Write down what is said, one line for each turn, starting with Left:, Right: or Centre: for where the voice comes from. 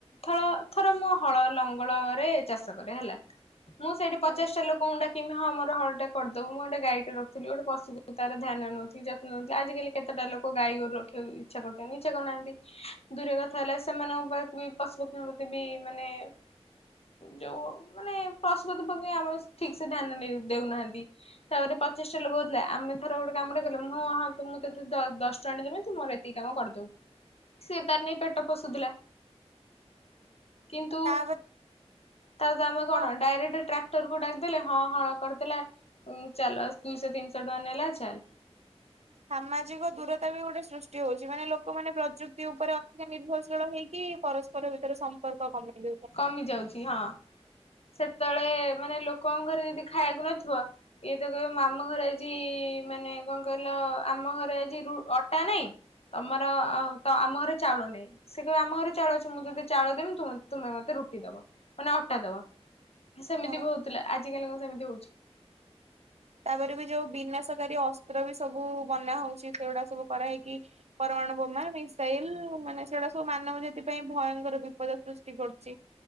Left: ଥଳ ଥର ମୁଁ ହଳ ଲଙ୍ଗଳରେ ଚାଷ କରେ ହେଲା ମୁଁ ସେଇଠି
Right: ବେଳକୁ
Left: ପଚାଶଟା ଲୋକଙ୍କୁ ଡାକି କିମେ ହଁ ମର ହଳଟେ କରିଦବୁ ମୁଁ ଗୋଟ ଗାଈଟେ ରଖଲି ଗୋଟେ ପଶୁକୁ ତର ଧ୍ୟାନ ନେଉଚି ଯ ଆଜିକାଲି କେତେଟା ଲୋକ ଗାଈଗୋରୁ ରଖିବାକୁ ଇଚ୍ଛା କରୁଚନ୍ତି ଇଚ୍ଛା କରନାହାନ୍ତି। ଦୂର କଥା ହେଲେ ସେମାନଙ୍କ ପାଖେବି ପଶୁପକ୍ଷୀଙ୍କ ପ୍ରତି ବି ମାନେ ଯୋଉ ମାନେ ପସୁ ପକ୍ଷୀ ପ୍ରତି ଆମର ଠିକସେ ଧ୍ୟାନ ନେ ଦଉନାହାନ୍ତି। ତାପରେ ପଚିଶିଟା ଲୋକ କରିଥିଲା ଆମେ ଧର ଗୋଟେ କାମଟେ କଲୁ ହଁ ହଁ ଆ ତମୁଁ ତତେ ଦଶ ଟଙ୍କାେ ଦେବି ତୁମର ଏତିକି କାମ କରିଦବୁ ସେ ତାର ନେଇ ପେଟ ପୋଷୁଥିଲା କିନ୍ତୁ
Right: ତାପରେ
Left: ତାଯେ ଆମେ
Right: ତ
Left: କଣ ଡାଇରେକ୍ଟ ଟ୍ରାକ୍ଟର କୁ ଡାକିଦେଲେ ହଁ ହଳ କରିଦେଲେ ଉଁ ଚାଲ ଦୁଇଶହ ତିନଶହ ଟଙ୍କା ନେଲା ଚାଲ୍
Right: ସାମାଜିକ ଦୂରତାବି ଗୋଟେ ସୃଷ୍ଟି ହଉଚି ମାନେ ଲୋକମାନେ ପ୍ରଯୁକ୍ତି ଉପରେ ଅଧିକ ନିର୍ଭରଶୀଳ ହେଇକି ପରସ୍ ପର ଭିତରେ ସମ୍ପର୍କ କମେଇ ଦଉଚନ୍ତି।
Left: କମି ଯାଉଚି ହଁ ସେତେବେଳେ ମାନେ ଲୋକଙ୍କ ଘରେ ଯଦି ଖାଇବାକୁ ନଥିବ ଇଏତ କହିବ ଆମ ଘରେ ଆଜି ମାନେ କଣ କହିଲ ଆମ ଘରେ ଆଜି ରୁ ଅଟା ନାହିଁ ତମର ଆଉତ ଆମ ଘରେ ଚାଉଳ ନାହିଁ ସେକହିବ ଆମ ଘରେ ଚାଉଳ ଅଛି ମୁଁ ତଦେ ଚାଉଳ ଦେମି ତୁମତେ ତୁମେ ମତେ ରୁଟି ଦବ ମାନେ ଅଟା ଦବ ସେମିତିବି
Right: ହଁ।
Left: ହଉଥିଲା ଆଜକାଲି କଁ ସେମିତି ହଉଚି।
Right: ତାପରେବି ଯୋଉ ବିନାଶକାରୀ ଅସ୍ତ୍ରବି ସବୁ ବନା ହଉଚି ସେଗୁଡ଼ା ସବୁ କରାହେଇକି ପରମାଣୁ ବୋମା ମିସାଇଲ୍ ମାନେ ସେଇଟା ସବୁ ମାନବ ଯେଥିପାଇଁ ଭୟଙ୍କର ପଦାର୍ଥ ସୃଷ୍ଟି କରୁଚି